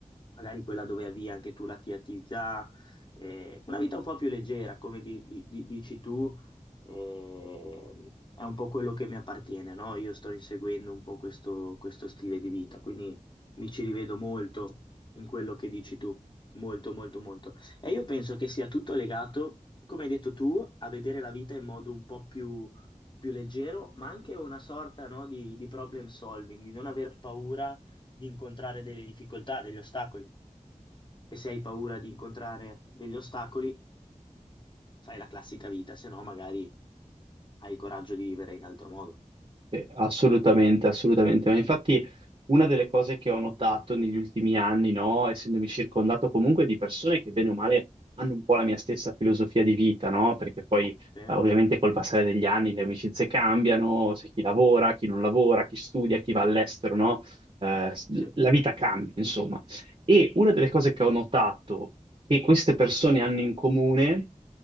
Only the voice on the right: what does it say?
Eh, Assolutamente, assolutamente. Ma infatti una delle cose che ho notato negli ultimi anni, no, essendomi circondato comunque di persone che bene o male hanno un po' la mia stessa filosofia di vita, no? Perché poi
eh, ovviamente col passare degli anni le amicizie cambiano, c'è chi lavora, chi non lavora, chi studia, chi va all'estero, no? Eh, s-
la vita cambia, insomma. E una delle cose che ho notato che queste persone hanno in comune,